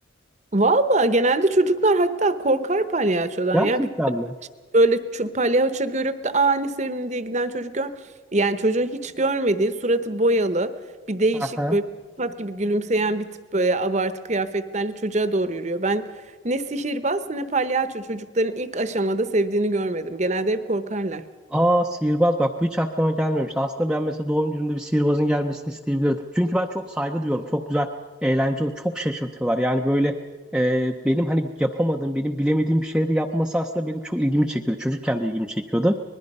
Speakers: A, on the right; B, in the centre.
A: Valla genelde çocuklar hatta korkar palyaçodan
B: <laughs> Gerçekten
A: ya.
B: mi?
A: böyle çu- palyaço görüp de aa ne sevimli diye giden çocuk gör. Yani çocuğun hiç görmediği suratı boyalı bir değişik
B: <laughs>
A: böyle pat gibi gülümseyen bir tip böyle abartı kıyafetlerle çocuğa doğru yürüyor. Ben ne sihirbaz ne palyaço çocukların ilk aşamada sevdiğini görmedim. Genelde hep korkarlar.
B: Aa sihirbaz bak bu hiç aklıma gelmemişti. Aslında ben mesela doğum günümde bir sihirbazın gelmesini isteyebilirdim. Çünkü ben çok saygı duyuyorum. Çok güzel, eğlenceli, Çok şaşırtıyorlar. Yani böyle e, benim hani yapamadığım, benim bilemediğim bir şeyleri yapması aslında benim çok ilgimi çekiyordu. Çocukken de ilgimi çekiyordu.